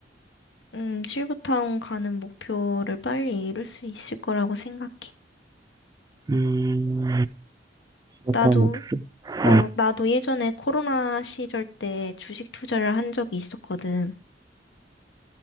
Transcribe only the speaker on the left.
음, 실버타운 가는 목표를 빨리 이룰 수 있을 거라고 생각해.
나도,
어,
나도 예전에 코로나 시절 때 주식 투자를 한 적이 있었거든.